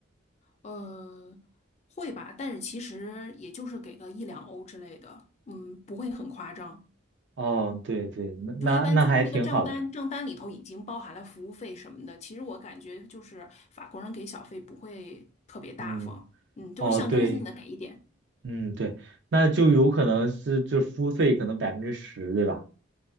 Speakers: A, on the left; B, on the right.
A: 呃，会吧，但是其实也就是给个一两欧之类的，嗯，不会很夸张。
B: 哦，对对，那那那还挺好的。
A: 就一般最后那个账单，账单里头已经包含了服务费什么的。其实我感觉就是法国人给小费不会特别大方，
B: 嗯，
A: 嗯，就是象征性的给一点
B: 哦，对。嗯，对，那就有可能是这服务费可能百分之十，对吧？